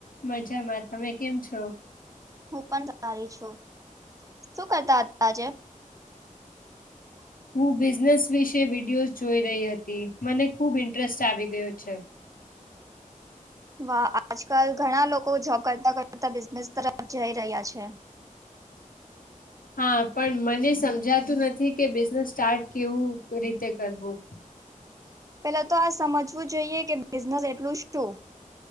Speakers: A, on the left (about 80°); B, on the right (about 25°).
A: મજામાં તમે કેમ છો?
B: હું પણ સારી છું શું કરતા તા આજે. <unintelligible>
A: હું બિઝનેસ વિશે વિડયોઝ જોઈ રહી હતી મને ખુબ ઇન્ટરેસ્ટ આવી ગયો છે.
B: વા આજકાલ ઘણા લોકો જોબ કરતા કરતા બિઝનેસ તરફ જઈ રહ્યા છે.
A: હા પણ મને સમજાતું નથી કે બિઝનેસ સ્ટાર્ટ કેવું રીતે કરવું.
B: પેલા તો આ સમજવું જોઈએ કે બિઝનેસ એટલું શું.